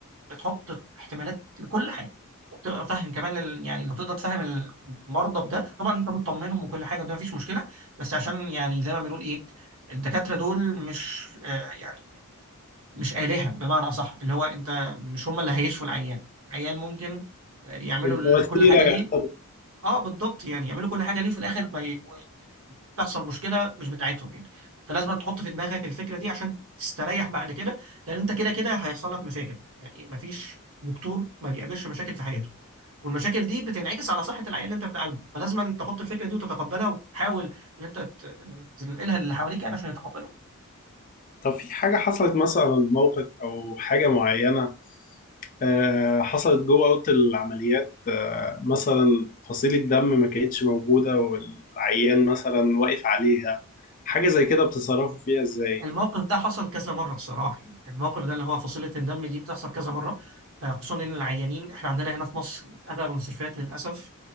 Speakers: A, on the right; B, on the left.
A: بتحط احتمالات لكل حاجه وبتبقى فاهم كمان لل- يعني لو تقدر تفهم المرضى بده طبعا انت بتطمنهم وكل حاجه وده مفيش مشكله بس عشان يعني زي ما بنقول ايه الدكاتره دول مش آه، يعني مش آلهة بمعنى اصح اللي هو انت مش هم اللي هيشفوا العيان العيان ممكن آه، يعملوا
B: انت
A: ال-
B: وسيله
A: كل حاجه
B: يعتبر
A: ليه اه بالضبط يعني يعملوا كل حاجه ليه في الاخر ما ي- تحصل مشكله مش بتاعتهم يعني فلازم تحط في دماغك الفكره دي عشان تستريح بعد كده لان انت كده كده هيحصل لك مشاكل يعني ما فيش دكتور ما بيقابلش مشاكل في حياته والمشاكل دي بتنعكس على صحه العيان اللي انت بتعالجه فلازم تحط الفكره دي وتتقبلها وتحاول ان انت ت- تنقلها للي حواليك يعني عشان يتقبلوا
B: طب في حاجه حصلت مثلا موقف او حاجه معينه آه، حصلت جوه اوضه العمليات آه، مثلا فصيله دم ما كانتش موجوده والعيان مثلا واقف عليها حاجه زي كده بتتصرفوا فيها ازاي
A: الموقف ده حصل كذا مره بصراحه يعني الموقف ده اللي هو فصيله الدم دي بتحصل كذا مره آه، خصوصا ان العيانين احنا عندنا هنا في مصر في اغلب المستشفيات للاسف